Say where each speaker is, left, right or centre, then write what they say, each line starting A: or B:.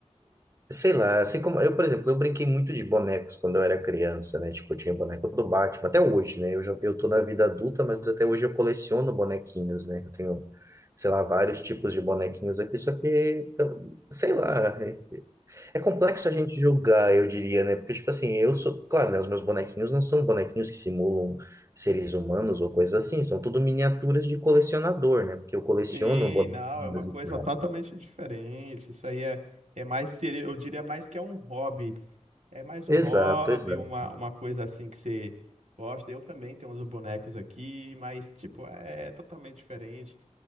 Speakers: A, on the right (about 25°); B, on the right (about 80°).
A: Sei lá, assim como eu, por exemplo, eu brinquei muito de bonecos quando eu era criança, né? Tipo, eu tinha boneco do Batman, até hoje, né? Eu já, eu tô na vida adulta, mas até hoje eu coleciono bonequinhos, né? Eu tenho, sei lá, vários tipos de bonequinhos aqui, só que, eu- sei lá, é, é complexo a gente julgar, eu diria, né? Porque, tipo assim, eu sou, claro, né? Os meus bonequinhos não são bonequinhos que simulam seres humanos ou coisas assim, são tudo miniaturas de colecionador, né? Porque eu coleciono
B: Sim,
A: bonequinhos
B: não, é uma coisa
A: e tal.
B: totalmente diferente. Isso aí é, é mais, seria- eu diria mais que é um hobby. É mais um
A: Exato,
B: hobby,
A: exato.
B: uma, uma coisa assim que você gosta. Eu também tenho uns bonecos aqui, mas, tipo, é totalmente diferente.